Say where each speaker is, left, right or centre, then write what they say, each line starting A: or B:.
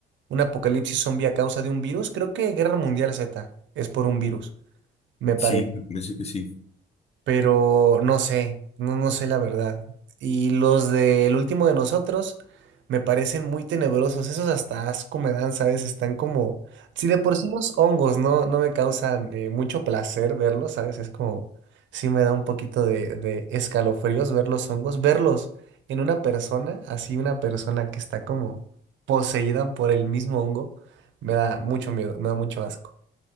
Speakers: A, on the right; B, on the left.
A: un apocalipsis zombie a causa de un virus, creo que Guerra Mundial Z es por un virus, me parece
B: Sí, me parece que sí.
A: pero no sé, no, no sé la verdad. Y los del último de nosotros me parecen muy tenebrosos, esos hasta asco me dan, ¿sabes? Están como, si de por sí los hongos no, no me causan eh, mucho placer verlos, ¿sabes? Es como, sí me da un poquito de, de escalofríos ver los hongos, verlos en una persona, así una persona que está como poseída por el mismo hongo, me da mucho miedo, me da mucho asco.